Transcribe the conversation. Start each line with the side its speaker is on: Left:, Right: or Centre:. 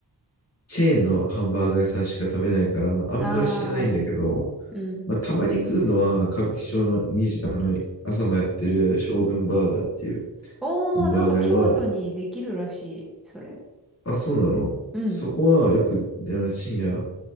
Left: チェーンのハンバーガー屋さんしか食べないから、あんまり知らないんだけど、
Centre: ああー、うん。
Left: まあ、たまに食うのは、歌舞伎町のにじあの、朝もやってる将軍バーガーっていう
Centre: うんおー、
Left: ハンバーガー屋は、
Centre: なんか京都にできるらしい、それ。
Left: あ、そうなの。
Centre: うん。
Left: そこはよく、あの、深夜